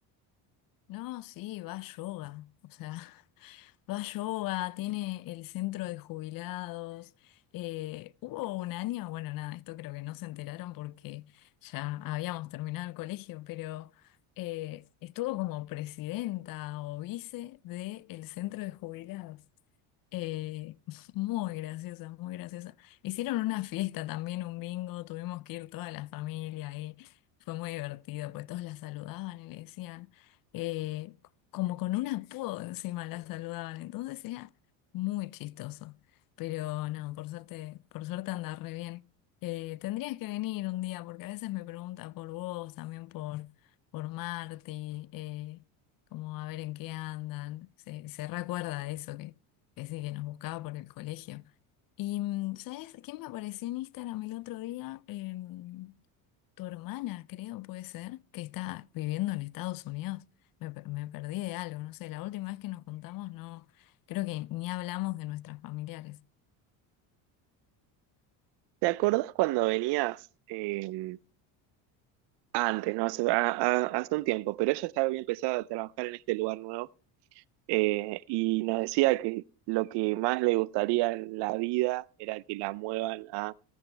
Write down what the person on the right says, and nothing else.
¿Te acordás cuando venías eh, antes, no? Hace, a- a- hace un tiempo, pero ella ya había empezado a trabajar en este lugar nuevo eh, y nos decía que lo que más le gustaría en la vida era que la muevan a